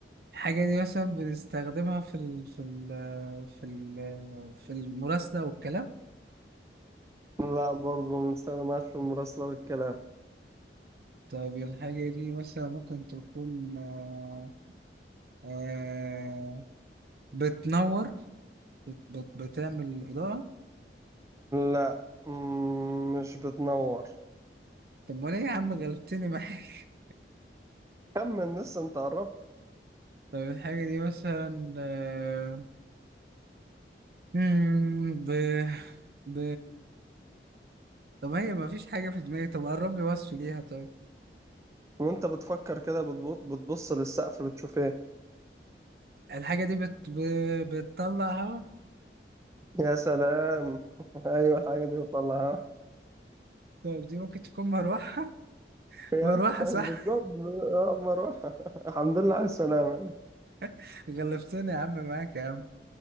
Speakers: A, on the right (about 55°); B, on the right (about 15°).
A: الحاجة دي مثلا بنستخدمها في ال... في ال... في ال... في المراسلة والكلام
B: لا برضه ما بنستخدمهاش في المراسلة والكلام
A: طيب الحاجة دي مثلا ممكن تكون آه... آه... بتنور بت... بت... بتعمل إضاءة
B: لا مم، مش بتنور
A: طب ولا إيه يا عم غلبتني معاك
B: كمل لسه انت قربت
A: <laughs> طب الحاجة دي مثلا آه... مم، ب... ب... طب هي مفيش حاجة في دماغي طب قرب لي وصف ليها طيب
B: وانت بتفكر كده بتبو- بتبص للسقف بتشوف ايه
A: الحاجة دي بت... ب... بتطلع هوا
B: يا سلام <laughs> ايوه الحاجه دي بتطلعها
A: طيب دي ممكن تكون مروحة <laughs>
B: يا
A: مروحة
B: <laughs>
A: صح
B: بالظبط اما اروح <laughs> الحمد لله على السلامه
A: <laughs> غلبتني يا عم معاك يا عم